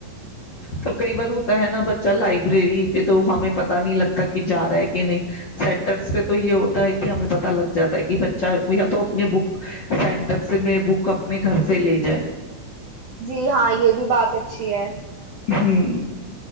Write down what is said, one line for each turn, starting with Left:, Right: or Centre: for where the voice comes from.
Left: تو کئی بار ہوتا ہے نا بچہ لائبریری پہ تو ہمیں پتا نہیں لگتا کہ جا رہا ہے کہ نہیں سینٹرس پہ تو یہ ہوتا ہے کہ ہمیں پت لگ جاتا ہے کہ بچہ یا تو اپنے بک سینٹرس میں بک اپنے گھر سے لے جائے
Right: جی ہاں یہ بھی بات ہےچ چھ ہے
Left: ہوں